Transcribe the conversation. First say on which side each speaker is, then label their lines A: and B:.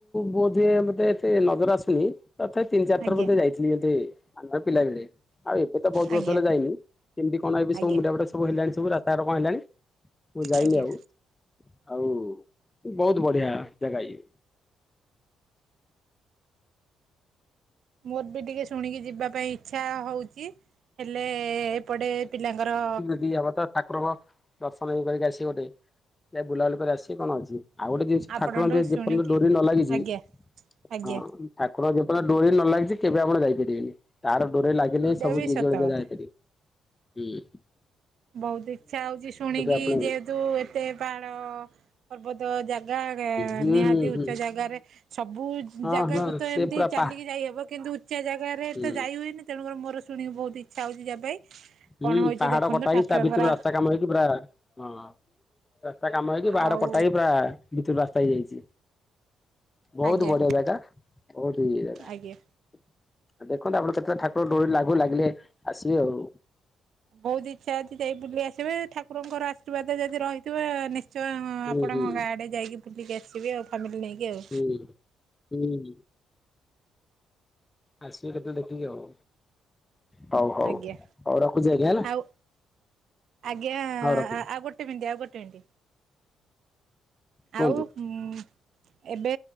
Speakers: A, on the left (about 15°); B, on the right (about 65°).
A: ବୋଧେ ଏବେ ତ ମୋତେ ଏତେ ନଜର ଆସୁନି। ତଥାପି ତିନି ଚାର
B: ଆଜ୍ଞା
A: ଥର ମୁଁ ତ ଯାଇଛି। <unintelligible> ଆମର ପିଲା ବେଳେ, ଆଉ ଏବେ ତ ବହୁତ
B: ଆଜ୍ଞା
A: ବର୍ଷ ହେଲା ଯାଇନି। କେମିତି କଣ ଏବେ
B: ଆଜ୍ଞା
A: ସବୁ ମୁଣ୍ଡା ପଟା ସବୁ ହେଲାଣି ସବୁ ରାସ୍ତାଘାଟ କଣ ହେଲାଣି, ମୁଁ ଯାଇନି
B: ଆଜ୍ଞା।
A: ଆଉ। ଆଉ ବହୁତ ବଢିଆ ଜାଗା ଇଏ।
B: ମୋର ବି ଟିକେ ଶୁଣିକି ଯିବା ପାଇଁ ଇଚ୍ଛା ହଉଚି। ହେଲେ ଏପଟେ ପିଲାଙ୍କର
A: ଫ୍ରି ହବ ତ ଠାକୁରଙ୍କ ଦର୍ଶନ ଇଏ କରିକି ଆସିବ ଟେ, ଯାଅ ବୁଲାବୁଲି କରି ଆସିବେ କଣ ଅଛି? ଆଉ ଗୋଟେ ଜିନିଷ
B: ଆପଣଙ୍କଠୁ
A: ଠାକୁରଙ୍କ ଯଦି
B: ଶୁଣିକି
A: ଯେପର୍ଯ୍ୟନ୍ତ ଡୋରି ନ ଲାଗିଛି,
B: ଆଜ୍ଞା ଆଜ୍ଞା
A: ହଁ ଠାକୁରଙ୍କ ଯେପର୍ଯ୍ୟନ୍ତ ଡୋରି ନ ଲାଗିଛି କେବେ ଆପଣ ଯାଇପାରିବେନି। ତାର ଡୋରି ଲାଗିଲେ
B: ଏଇଟା
A: ସବୁ
B: ବି
A: ଯିଏ
B: ସତ
A: ଯୁଆଡ କୁ
B: କଥା।
A: ଯାଇପାରିବେ। ଉଁ,
B: ବହୁତ ଇଚ୍ଛା ହଉଛି ଶୁଣିକି
A: ଆପଣ ହୁଁ
B: ଯେହେତୁ ଏତେ ପାଆଡ ପର୍ବତ ଜାଗା ଦେ-ନିହାତି
A: ହୁଁ ହୁଁ ହୁଁ
B: ଉଚ୍ଚ ଜାଗାରେ ସବୁ
A: ହଁ
B: ଜାଗାକୁ
A: ହଁ
B: ତ
A: ସେ
B: ଏମିତି
A: ପୁରା
B: ଚାଲିକି
A: ପା
B: ଯାଇହବ କିନ୍ତୁ ଉଚ୍ଚା ଜାଗାରେ
A: ହୁଁ
B: ତ ଯାଇ ହୁଏନି। ତେଣୁ ମୋର ଶୁଣିକି ବହୁତ ଇଚ୍ଛା ହଉଛି ଯିବା ପାଇଁ।
A: ହୁଁ,
B: କଣ ହଉଛି
A: ପାହାଡ
B: ଦେଖନ୍ତୁ
A: କଟା ହେଇକି
B: ଠାକୁରଙ୍କର
A: ତା ଭିତରୁ ରାସ୍ତା କାମ ହେଇକି ପୁରା ହଁ ରାସ୍ତା କାମ ହେଇକି ପାହାଡ
B: ଆଉ
A: କଟା ହେଇିକି ପୁରା ଭିତରୁ ରାସ୍ତା ହେଇଯାଇଚି। ବହୁତ
B: ଆଜ୍ଞା
A: ବଢିଆ ଜାଗା, ବହୁତ ଇଏ ଜାଗା। ଆ,
B: ଆଜ୍ଞା
A: ଦେଖନ୍ତୁ ଆପଣ କେତେଳେ ଠାକୁର ଡୋରି ଲାଗୁ ଲାଗିଲେ ଆସିବେ ଆଉ।
B: ବହୁତ ଇଚ୍ଛା ଅଛି ଯାଇ ବୁଲି ଆସିବା ଠାକୁରଙ୍କର ଆର୍ଶୀବାଦ ଯଦି ରହିଥିବ ନିଶ୍ ଚ ହଁ
A: ହୁଁ
B: ଆପଣଙ୍କ
A: ହୁଁ
B: ଗାଁ ଆଡ଼େ ଯାଇକି ବୁଲିକି ଆସିବେ ଆଉ ଫ୍ୟାମିଲି ନେଇକି ଆଉ।
A: ହୁଁ, ହୁଁ। ଆସିବେ କେତେଳେ ଦେଖିକି ଆଉ। ହଉ ହଉ
B: ଆଜ୍ଞା
A: ହଉ ରଖୁଛି ଆଜ୍ଞା
B: ଆଉ ଆଜ୍ଞା
A: ହଁ ରଖୁଛି।
B: ଆଉ ଗୋଟେ ମିନଟି ଆଉ ଗୋଟେ ମିନଟି
A: କୁହନ୍ତୁ
B: ଆଉ ହୁଁ, ଏବେ